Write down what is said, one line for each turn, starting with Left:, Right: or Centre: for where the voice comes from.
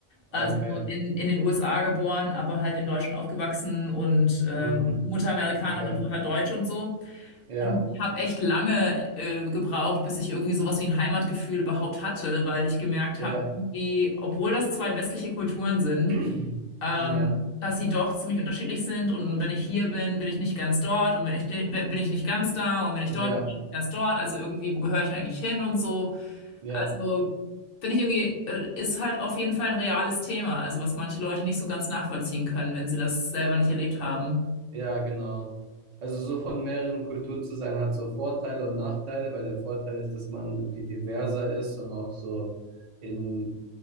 Left: also
Right: okay.
Left: in, in den USA geboren, aber halt in Deutschland aufgewachsen und ähm,
Right: Mm.
Left: Mutter Amerikanerin,
Right: Okay.
Left: Vater Deutsch und so.
Right: Ja,
Left: Und ich habe echt lange äh, gebraucht, bis ich irgendwie sowas wie ein Heimatgefühl überhaupt hatte, weil ich gemerkt
Right: ja.
Left: habe, wie, obwohl das zwei westliche Kulturen sind,
Right: <clears throat>
Left: ähm,
Right: Ja,
Left: dass sie doch ziemlich unterschiedlich sind und wenn ich hier bin, bin ich nicht ganz dort und wenn ich de- bin ich nicht ganz da und wenn ich
Right: ja,
Left: dort bin, bin ich nicht ganz dort, also irgendwie, wo gehöre ich eigentlich hin und so.
Right: ja,
Left: Also finde ich irgendwie, äh, ist halt auf jeden Fall ein reales Thema, also was manche Leute nicht so ganz nachvollziehen können, wenn sie das selber nicht erlebt haben.
Right: ja, genau. Also so von mehreren Kulturen zu sein hat so Vorteile und Nachteile, weil der Vorteil ist, dass man irgendwie diverser ist und auch so in